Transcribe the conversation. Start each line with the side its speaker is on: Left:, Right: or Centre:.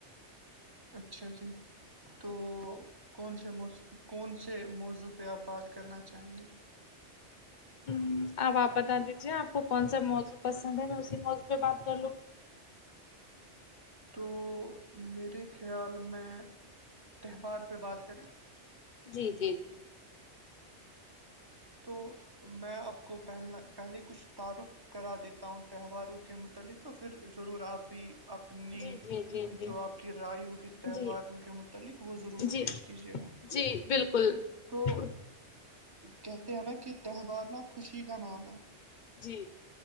Right: اچھا جی تو کون سےکون سے موضوع پہ آپ بات کرنا چاہیں گے
Left: ہ اب آپ بتا دیجیے آپ کو کون سا موضوع پسند ہے میں اسی موضوع پہ بات کر لوں گی
Right: تو میرے خیال میں تہوار پہ بات کریں
Left: جی جی
Right: تو میں آپ کو پہلا پہلے کچھ تعارف کرا دیتا ہوں تہواروں کے متعلق تو پھر ضرور آپ بھی اپنی
Left: جی جی جی جی
Right: جو آپ کی رائے ہوگی تہواروں
Left: جی جی
Right: کے متعلق وہ ضرور
Left: جی
Right: پیش کیجیے گا
Left: جی بالکل
Right: تو
Left: بالکل
Right: کہتے ہیں نا کہ تہوار نا خوشی کا نام ہے
Left: جی